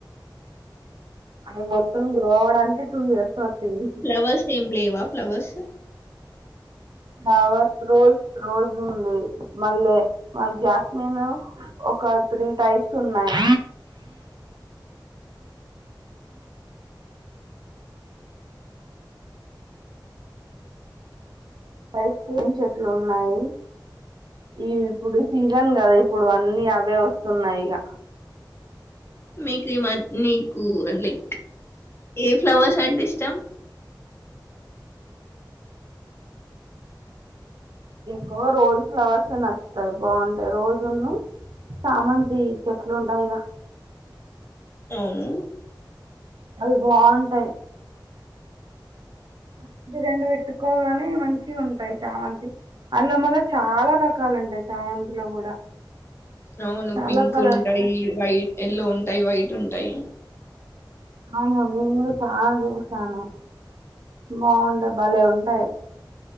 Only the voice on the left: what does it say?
ఫ్లవర్స్ ఏం లేవా ఫ్లవర్స్
మీకు ఈ మ నీకు లైక్ ఏ ఫ్లవర్స్ అంటే ఇష్టం
అవును
అవును
పింక్
ఉంటాయి వై ఎల్లో ఉంటయ్, వైట్ ఉంటయ్